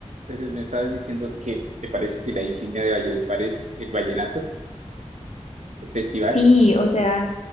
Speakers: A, on the right (about 80°); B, on the left (about 70°).
A: Entonces me estabas diciendo que te parece que la insignia de Valledupar es el vallenato, el festival.
B: Sí, o sea,